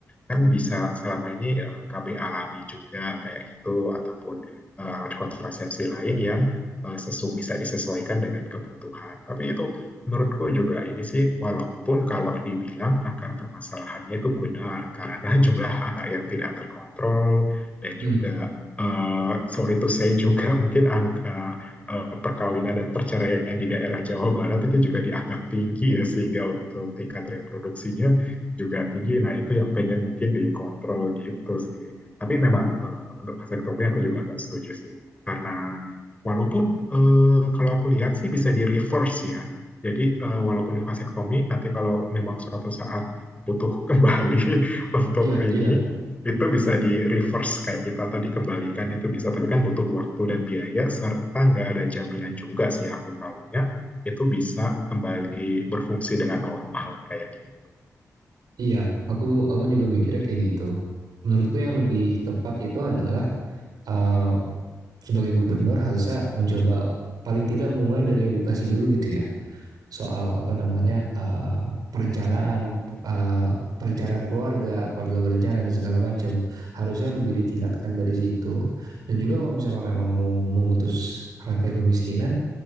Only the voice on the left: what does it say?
kan bisa selama ini eh, KB alami juga kayak gitu ataupun eh, alat kontrasepsi lain yang eh, sesu bisa disesuaikan dengan kebutuhan tapi itu Menurutku juga ini sih, walaupun kalau dibilang akar permasalahannya itu benar, karena <laughs> jumlah anak yang tidak terkontrol dan
juga eh, sorry to say juga <laughs> mungkin angka eh, perkawinan dan perceraian di daerah Jawa Barat itu juga dianggap tinggi ya, sehingga untuk tingkat reproduksinya juga tinggi. Nah itu yang pengen mungkin dikontrol gitu sih. Tapi memang eh, untuk vasektomi aku juga nggak setuju sih, karena Walaupun eh, kalau aku lihat sih bisa di reverse ya, jadi eh, walaupun di vasektomi, nanti kalau memang suatu saat butuh kembali <laughs> untuk
ini,
itu bisa di reverse kayak gitu atau dikembalikan itu bisa. Tapi kan butuh waktu dan biaya serta nggak ada jaminan juga sih aku tahunya itu bisa kembali berfungsi dengan normal kayak gitu.